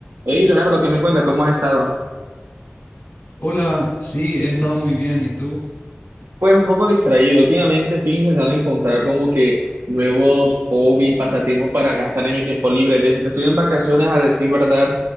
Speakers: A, on the right; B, on the left.
A: Hey, Leonardo, ¿qué me cuentas? ¿Cómo has estado?
B: Hola, sí, he estado muy bien. ¿Y tú?
A: Pues un poco distraído. Últimamente estoy intentando encontrar como que nuevos hobbies, pasatiempos para gastar en mi tiempo libre. Desde que estoy en vacaciones, a decir verdad,